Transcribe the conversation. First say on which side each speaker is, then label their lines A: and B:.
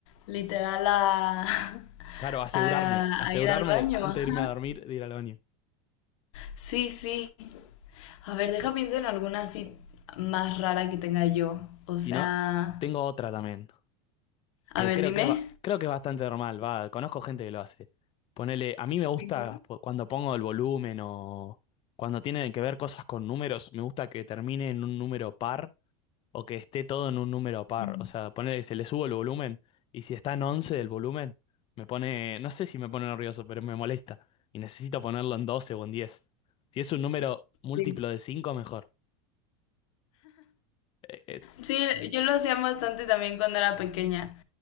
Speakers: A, on the left (about 75°); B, on the left (about 35°).
A: literal a, <laughs>
B: Claro, asegurarme,
A: a,
B: asegurarme
A: a ir al baño,
B: antes
A: ajá.
B: de irme a dormir de ir al baño.
A: Sí, sí. A ver, deja pienso en alguna así más rara que tenga yo. O sea,
B: Si no, tengo otra también. que
A: a ver,
B: creo
A: dime.
B: que va- creo que es bastante normal, va, conozco gente que lo hace. Ponele, a mí me gusta
A: Ok.
B: po- cuando pongo el volumen o cuando tienen que ver cosas con números, me gusta que termine en un número par o que esté todo en un número par,
A: Mm,
B: o sea, ponele que se le subo el volumen y si está en 11 del volumen, me pone, no sé si me pone nervioso, pero me molesta y necesito ponerlo en 12 o en diez Si es un número múltiplo
A: Sí.
B: de 5 mejor. Eh, eh,
A: Sí, yo lo hacía bastante también cuando era pequeña.